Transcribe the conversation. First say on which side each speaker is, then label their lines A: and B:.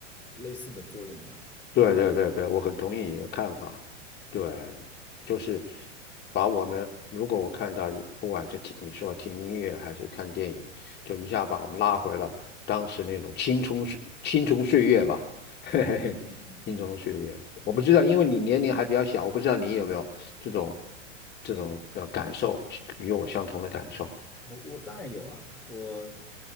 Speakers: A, in the centre; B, on the left (about 25°).
A: 类似的作用吧。我觉得，
B: 对对对对，我很同意你的看法。对，
A: 对，
B: 就是把我们，如果我看到一不管是听你说听音乐还是看电影，就一下把我们拉回了当时那种青葱岁青葱岁月吧，<laughs> 嘿嘿嘿，
A: 嗯嗯嗯嗯
B: 青葱岁月。我不知道，因为你年龄还比较小，我不知道你有没有这种这种呃感受，与我相同的感受。
A: 嗯，啊，我我当然有啊。我